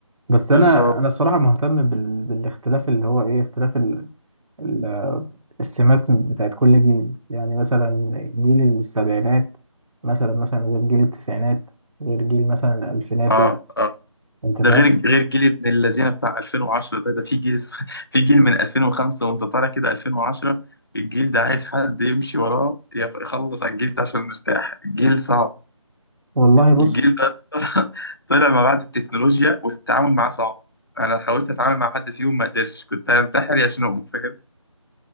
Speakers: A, on the right; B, on the left.
A: بس أنا
B: بالظبط
A: أنا الصراحة مهتم بال... بالاختلاف اللي هو إيه اختلاف ال... ال... السمات بتاعت كل جيل يعني مثلا جيل السبعينات مثلا مثلا غير جيل التسعينات غير جيل مثلا الألفينات
B: اه
A: بقى
B: اه
A: أنت
B: ده
A: فاهم
B: غير غير جيل ابن الذين بتاع 2010 ده ده في جيل اسمه- <laughs> في جيل من 2005 وانت طالع كده 2010 الجيل ده عايز حد يمشي وراه يف- يخلص على الجيل ده عشان نرتاح الجيل صعب
A: والله
B: الجيل
A: بص
B: ده <laughs> أصلاً طلع ما بعد التكنولوجيا والتعامل معاه صعب انا حاولت اتعامل مع حد فيهم ما قدرتش كنت هنتحر يا شنو فاهم